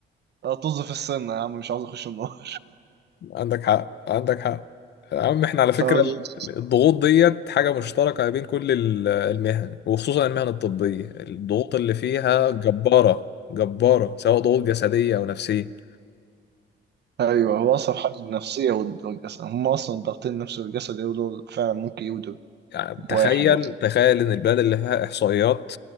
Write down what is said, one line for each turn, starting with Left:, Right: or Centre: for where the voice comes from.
Right: طز في السن يا عم مش عاوز اخش النار
Left: عندك حق عندك حق يا عم احنا على فكرة
Right: <laughs> فاهم
Left: ال-
Right: قصدي؟
Left: الضغوط ديت حاجة مشتركة بين كل ال- المهن وخصوصا المهن الطبية الضغوط اللي فيها جبارة جبارة سواء ضغوط جسدية أو نفسية
Right: ايوه هو اصعب حاجه النفسيه وال- والجسد هم اصلا ضاغطين النفس والجسد يقولوا دول فعلا ممكن يودوا
Left: يعني
Right: بواحد
Left: تخيل
Right: يعني
Left: تخيل ان البلد اللي فيها احصائيات